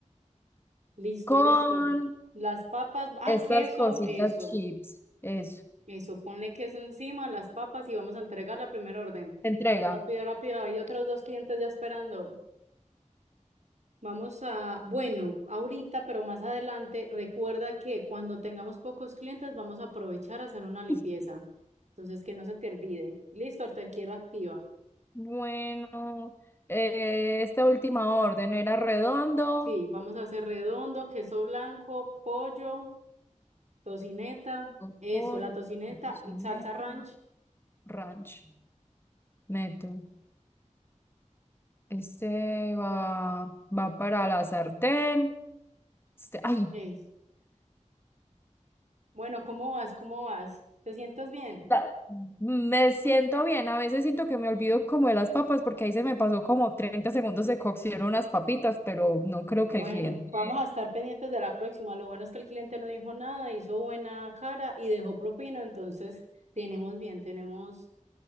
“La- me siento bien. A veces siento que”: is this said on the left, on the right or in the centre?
Left